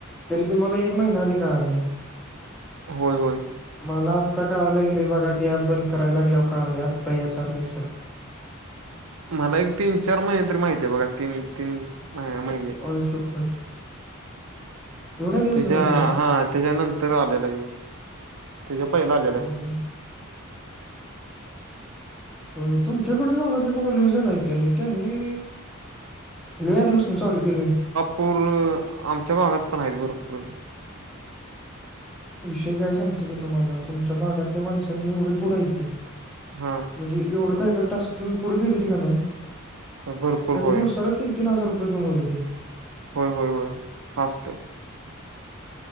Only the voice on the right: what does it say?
होय, होय.
मला एक तीन चार महिने तरी माहिती आहे बघा, तीन तीन महिने
त्याच्या
हा त्याच्यानंतर तर आलेला आहे हे. तेच्या पहिला आलेला
आहे.
पुर आमच्या भागात पण हायत भरपूर.
हं, हं.
भरपूर
होय
होय, होय, होय फास्ट.